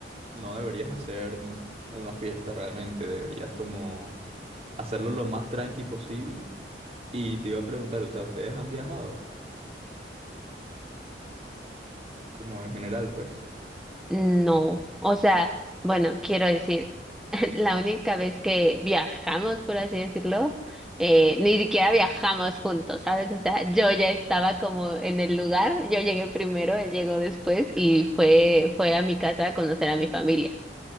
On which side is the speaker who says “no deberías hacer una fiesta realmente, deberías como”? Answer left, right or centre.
Right